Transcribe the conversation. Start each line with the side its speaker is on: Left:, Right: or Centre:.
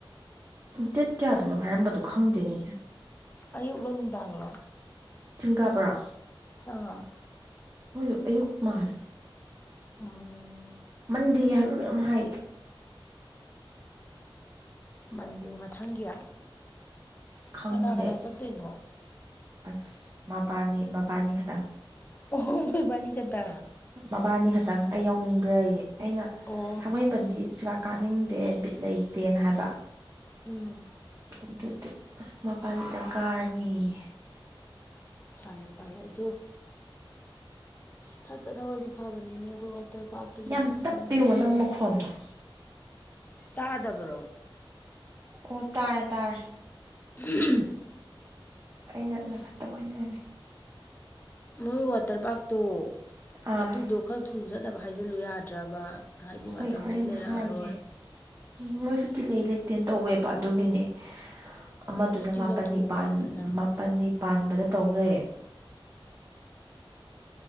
Right: ꯗꯦꯠ ꯀꯌꯥꯗꯅꯣ ꯍꯥꯏꯔꯝꯕꯗꯣ ꯈꯪꯗꯦꯅꯦ
Left: ꯑꯌꯨꯛꯂꯣ ꯅꯨꯡꯗꯥꯡꯂꯣ
Right: ꯆꯤꯡꯒꯥꯕꯣꯔꯥ
Left: ꯑꯥ
Right: ꯃꯣꯏꯗꯣ ꯑꯌꯨꯛ ꯃꯥꯜꯂꯦ
Left: ꯑꯝ
Right: ꯃꯟꯗꯦ ꯍꯥꯢꯕ꯭ꯔ ꯀꯩꯅꯣꯝ ꯍꯥꯢꯌꯦ
Left: ꯃꯟꯗꯦ ꯃꯊꯪꯒꯤ
Right: ꯈꯪꯗꯦ
Left: ꯀꯅꯥ ꯀꯅꯥ ꯆꯠꯇꯣꯏꯅꯣ
Right: ꯑꯁ ꯃꯕꯥꯅꯤ ꯃꯕꯥꯅꯤ ꯈꯇꯪ
Left: ꯑꯣꯍꯣ ꯏꯕꯥꯅꯤꯈꯇ
Right: ꯃꯕꯥꯅꯤ ꯈꯛꯇꯪ ꯑꯩ ꯌꯥꯎꯅꯤꯡꯕ꯭ꯔꯥ ꯑꯩꯌꯦ ꯑꯩꯅ
Left: ꯑꯣ
Right: ꯊꯃꯩ ꯄꯟꯗꯤ ꯆꯔꯥꯛ ꯀꯥꯅꯤꯡꯗꯦ ꯕꯤꯠ ꯂꯩꯇꯦꯅ ꯍꯥꯏꯕ
Left: ꯎꯝ
Right: ꯑꯗꯨꯗꯤ ꯃꯕꯅꯤꯗꯪ ꯀꯥꯔꯅꯤꯌꯦ
Left: ꯐꯔꯦ ꯐꯔꯦ ꯑꯗꯣ ꯐꯠ ꯆꯠꯍꯧꯔꯗꯤ ꯐꯕꯅꯤꯅꯦ ꯑꯩꯈꯣꯏ ꯋꯥꯇꯔ ꯄꯥꯔꯛꯇꯨꯁꯨ
Right: ꯌꯥꯝ
Left: ꯁꯤ ꯝꯅꯨꯡꯁꯦ
Right: ꯇꯞꯄꯦꯉꯣ <unintelligible>
Left: ꯇꯥꯗꯕ꯭ꯔꯣ
Right: ꯑꯣ ꯇꯥꯔꯦ ꯇꯥꯔꯦ
Left: ꯎꯝ
Right: ꯑꯩꯅ <unintelligible>
Left: ꯃꯣꯏ ꯋꯥꯇꯔ ꯄꯥꯔꯛꯇꯣ
Right: ꯑꯥ
Left: ꯑꯗꯨꯗꯣ ꯈꯔ ꯊꯨ ꯆꯠꯅꯕ ꯍꯥꯏꯖꯤꯜꯂꯨ ꯌꯥꯗ꯭ꯔꯕ ꯍꯥꯏꯗꯤ
Right: ꯍꯣꯏ
Left: ꯃꯇꯝꯁꯤ
Right: ꯍꯣꯔꯦꯟ
Left: ꯂꯩꯔꯛꯑꯔꯣꯏ
Right: ꯍꯥꯏꯒꯦ ꯎꯝ ꯃꯣꯏ ꯁꯨꯇꯤ ꯂꯩ ꯂꯩꯇꯦꯅ ꯇꯧꯋꯦꯕ ꯑꯗꯨꯒꯤꯅꯦ ꯑꯃꯗꯨꯅ
Left: ꯁꯨꯇꯤ
Right: ꯃꯥꯄꯜꯅꯤ
Left: ꯂꯧꯊꯣꯛꯑꯣ
Right: ꯄꯥꯟ
Left: ꯍꯥꯏꯌꯨꯗꯅ
Right: ꯃꯥꯄꯜꯅꯤ ꯄꯥꯟꯕꯗ ꯇꯧꯂꯩꯔꯦ